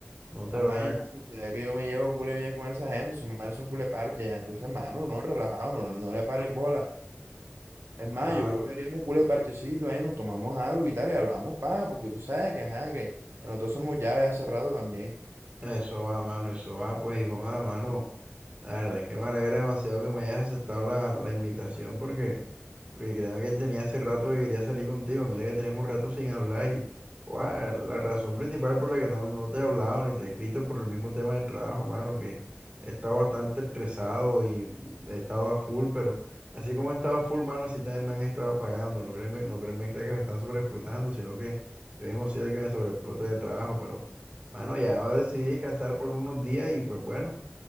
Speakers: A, on the right; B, on the right.
A: No te
B: A
A: habrá.
B: mano y nada. Tú sabes que yo me llevo cule bien con esa gente. Son manes son cule parche ya. Entonces, mano, no, relajado, no, no le pares bola. Es más,
A: Ah,
B: yo creo que haríamos cule parchecito ahí, nos tomamos algo y tal, y hablamos, pa, porque tú sabes que, ajá, que nosotros somos llaves hace rato también.
A: eso va, mano, eso va, pues, hijo, ah, mano. La verdad es que me alegra demasiado que me hayas aceptado la, la invitación porque. Porque créeme que tenía hace rato que quería salir contigo. Mira que tenemos rato sin hablar y guau, la razón principal por la que no, no te he hablado ni te he escrito por el mismo tema del trabajo, mano, que he estado bastante estresado y he estado a full, pero así como he estado a full, mano, así también me han estado pagando. No créeme, no créeme crea que me están sobreexplotando, sino que yo mismo soy el que me sobreexplota de trabajo, pero, mano, ya decidí descansar por unos días y pues bueno,